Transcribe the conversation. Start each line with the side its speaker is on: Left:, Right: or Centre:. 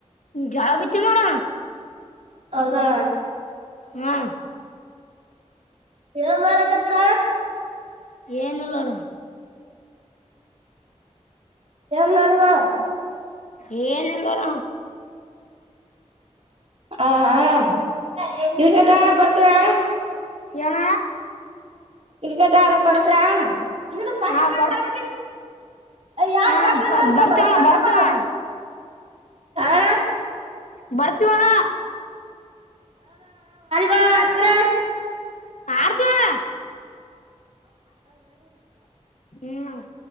Left: ಜಳ ಬಿತ್ತೀವಿ ನೋಡ
Right: ಹೌದಾ
Left: ಹಾ
Right: ಯ ಮಾಡಲಕತ್ರ
Left: ಏನಲ್ಲೋರ
Right: ನಡದಾ
Left: ಏ ನಲ್ವರ
Right: ಹ ಕ್ರಿಕೆಟಾ ಬರ್ತಯ
Left: ಏನ
Right: ಇಗ ನ ಪರಕರ ಅ ಪಾಕಿಸತನ್
Left: ಹಾ ಬರ್
Right: ತರವ ಅ ಯ
Left: ಹಾ
Right: ಪ ಮ ತ
Left: ಬರ್ತೇವಣ
Right: ನಲ್ಲ
Left: ಬರ್ತೇವಣ
Right: ಆಾ
Left: ಬರ್ತವಳ
Right: ಮಾತ್ರ
Left: ಆಡ್ತವಣ ಹ್ಮ್